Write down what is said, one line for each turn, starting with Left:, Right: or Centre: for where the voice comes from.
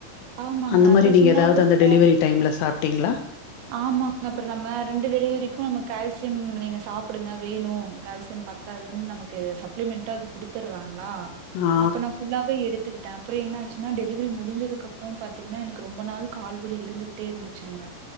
Right: ஆமாங்க
Left: அந்த
Right: அதா
Left: மாரி நீங்க
Right: சுண்ணாம்புக்கு
Left: ஏதாவது அந்த
Right: தான்.
Left: டெலிவரி டைம்ல சாப் டிங்ளா
Right: ஆமாங்க அப்றோ நம்ம ரெண்டு டெலிவரிக்கு நம்ம கால்சியம் நீங்க சாப்டுங்க வேணு கால்சியம் பத்தாதுன்னு நமக்கு சப்ளிமெண்டா அது குடுத்துறாங்க லா
Left: ஆ
Right: அப்பனா ஃபுல்லாவே எடுத்துகிட் கிட்ட அப்றோ என்னச்சுனா டெலிவரி முடிஞ்சதுக்கப்பறோ பாத்தீங்கனா எனக்கு ரொம்ப நாள் கால்வலி இருந்துக்கிட்டே இருந்துச்சுங்க